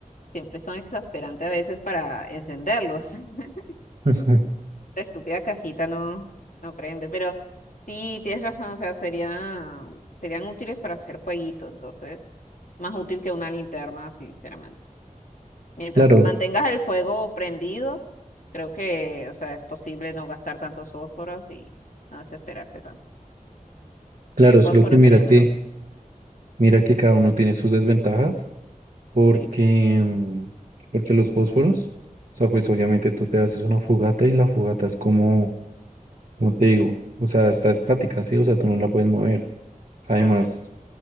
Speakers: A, on the left; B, on the right.
A: siempre son exasperantes a veces para encenderlos. <laughs>
B: <laughs>
A: La estúpida cajita no, no prende, pero sí, tienes razón, o sea, sería, serían útiles para hacer fueguito, entonces, más útil que una linterna, sinceramente. Mientras
B: Claro,
A: mantengas el fuego prendido, creo que, o sea, es posible no gastar tantos fósforos y no desesperarte tanto.
B: claro,
A: Sí, fósforo
B: solo que mira
A: sería
B: que,
A: mejor.
B: mira que cada uno tiene sus desventajas. porque,
A: Sí.
B: mm, porque los fósforos, o sea,
A: Ujú.
B: pues obviamente tú te haces una fogata y la fogata es como, como te digo, o sea, está estática, sí, o sea, tú no la puedes mover. Además,
A: Ah, bueno.